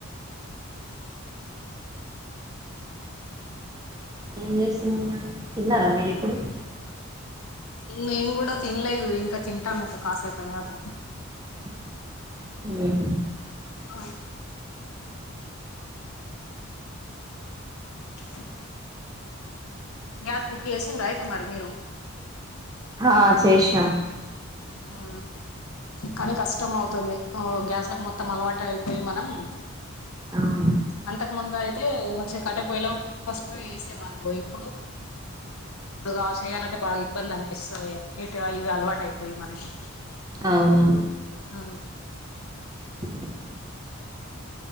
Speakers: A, on the right; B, on the left.
A: ఏం చేస్తున్నారు మరి తిన్నారా మీరూ ఇప్పుడు
B: మేం కూడా తినలేదు ఇంకా తింటాం ఇంకా కాసేపు అయ్యాక
A: అ
B: ఆ <inaudible> గ్యాస్ బుక్ చేసిండ్ర అయితే మరి మీరు
A: హా చేసినాం
B: ఆ కానీ కష్టం అవుతుంది గ్యాస్లకు మొత్తం అలవాటు అయిపోయి మనం
A: అవును
B: అంతకు ముందయి అయితే మంచి కట్టపోయలా ఫస్ట్లో చేసేవాళ్ళు ఇప్పుడు ఇప్పుడు ఆహ్ చేయాలంటే బాగా ఇబ్బంది అనిపిస్త. సే ఎటో ఇవి అల్వాటై పోయి మనకి.
A: అవునువును.
B: ఆహ్.
A: <inaudible>